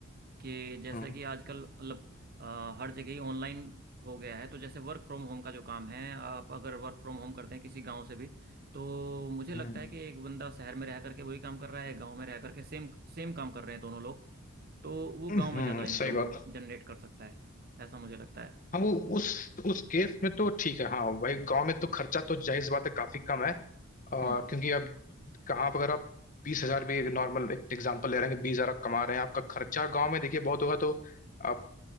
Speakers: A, on the right; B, on the left.
A: कि जैसे
B: हम्म
A: कि आजकल मतलब अ, हर जगह ही ऑनलाइन हो गया है तो जैसे वर्क फ्रॉम होम का जो काम है आप अगर वर्क फ्रॉम होम करते हैं किसी गांव से भी तो मुझे
B: हम्म
A: लगता है कि एक बंदा शहर में रह करके वही काम कर रहा है गांव में रह करके सेम सेम काम कर रहे हैं दोनों लोग तो वो
B: हम्म
A: गांव में ज़्यादा इनकम
B: सही बात
A: जनरेट कर सकता है ऐसा मुझे लगता है
B: हाँ वो उस उस केस में तो ठीक है हाँ भाई गांव में तो खर्चा तो जाहिर सी बात है काफी कम है अ, क्योंकि
A: हम्म
B: अब कहाँ पर अगर आप बीस हजार भी नॉर्मल एक एग्जांपल ले रहे हैं कि बीस हजार आप कमा रहे हैं आपका खर्चा गांव में देखिए बहुत होगा तो आप